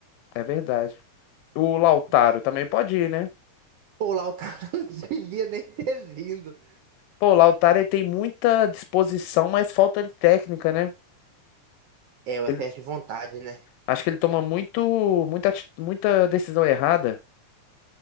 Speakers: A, on the left; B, on the right.
A: é verdade. O Lautaro
B: né?
A: também pode ir, né?
B: Pô, lá o Lautaro <laughs> não devia nem ter vindo.
A: Pô, o Lautaro ele tem muita disposição, mas falta de técnica, né?
B: É, o
A: Ele-
B: excesso de vontade, né?
A: acho que ele toma muito, muita, ati- muita decisão errada.